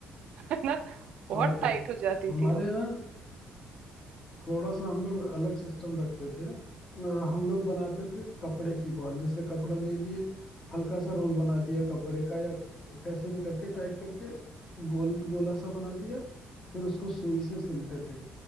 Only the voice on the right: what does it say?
<laughs> है ना बहुत
टाइट
हो जाती
थी वो